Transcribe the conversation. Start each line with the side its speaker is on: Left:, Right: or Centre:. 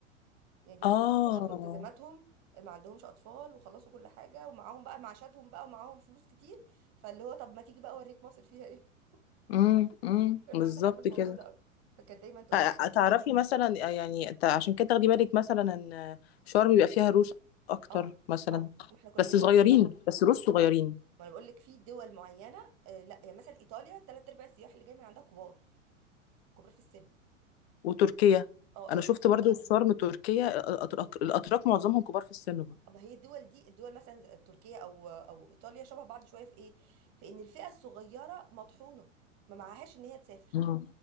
Right: يعني بيبقوا
Left: اه
Right: خلاص خلصوا التزاماتهم ما عندهمش اطفال وخلصوا كل حاجه ومعاهم بقى معاشاتهم بقى ومعاهم فلوس كتير فاللي هو طب ما تيجي بقى اوريك مصر فيها ايه
Left: امم امم
Right: <laughs> كنا
Left: بالظبط
Right: بنحب الموضوع
Left: كده
Right: ده قوي فكانت دايما تقول
Left: أ-
Right: لك
Left: تعرفي مثلا يعني انت عشان كده تاخدي بالك مثلا ان شرم بيبقى فيها روس اكتر
Right: اه
Left: مثلا
Right: اه واحنا كنا
Left: بس
Right: بنتارجت
Left: صغيرين
Right: برضه
Left: بس روس صغيرين
Right: ما انا بقول لك في دول معينه آه لا يعني مثلا ايطاليا ثلاث ارباع السياح اللي جاي من عندها كبار كبار في السن
Left: وتركيا
Right: اه
Left: انا
Right: آه،
Left: شفت
Right: ت-
Left: برضو في شرم تركيا الأتراك, الاتراك معظمهم كبار في السن برضو
Right: ما هي الدول دي الدول مثلا زي تركيا او او ايطاليا شبه بعض شويه في ايه في ان الفئه الصغيره مطحونه ما معهاش ان هي تسافر
Left: مم.